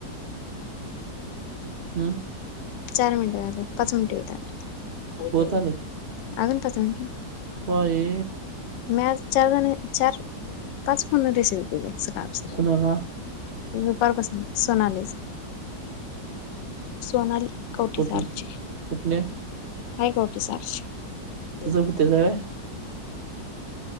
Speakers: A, on the left; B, on the right.
A: आता
B: हम्म.
A: चार मिनट झाल्यात पाच मिनट अजून
B: होत आले
A: पाच मिनट
B: बाई
A: मी आज चार जण चार, पाच फोन रिसिव केलीत सकाळपासनं.
B: कुणाला
A: दुपारपासनं. सोनालीच, सोनाली कवटी
B: कुठलं,
A: सारची
B: कुठले?
A: हाय कवठीसारचे
B: तुझं कुठे जाय